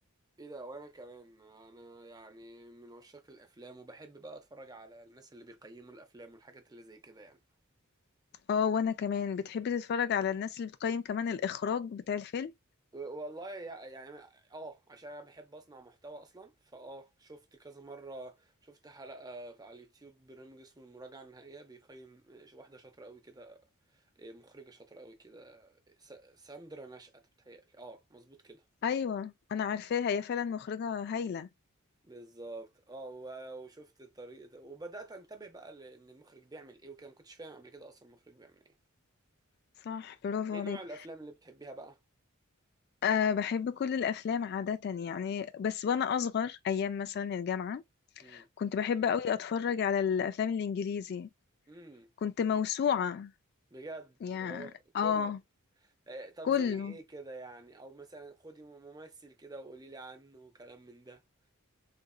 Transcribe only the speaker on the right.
ايه ده وانا كمان انا يعني من عشاق الافلام وبحب بقى اتفرج على الناس اللي بيقيموا الافلام والحاجات اللي زي كده يعني
و- والله يع- يعني اه عشان انا بحب اصنع محتوى اصلا فاه شفت كذا مره شفت حلقه على اليوتيوب برنامج اسمه المراجعه النهائيه بيقيم اه، واحده شاطره قوي كده اه، مخرجه شاطره قوي كده س- ساندرا نشأت بتهيألي اه مظبوط كده
بالظبط اه و- وشفت الطريق ده وبدأت انتبه بقى لان المخرج بيعمل ايه وكده ما كنتش فاهم قبل كده اصلا المخرج بيعمل ايه
ايه
نوع الافلام اللي بتحبيها بقى
امم
امم
بجد
اللي هو كله
آه، طب
زي ايه كده يعني او مثلا خدي ممثل كده وقولي لي عنه وكلام من ده